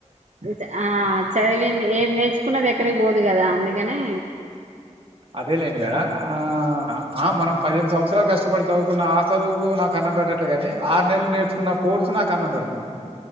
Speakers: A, on the right; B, on the right.
A: ను చ ఆ చదివింది, ఏది నేర్చుకున్నది ఎక్కడికి పోదు కదా అండి. గానే.
B: అదేలేండి మేడం, ఆ ఆ మనం పదిహేను సంవత్సరాల్. ఎంతో కష్టపడి చదువుకున్న ఆ చదువుకు నాకు అన్నం పెట్టట్లేగాని, ఆరు నెలలు నేర్చుకున్న కోర్సు నాకు అన్నం పెడుతుంది.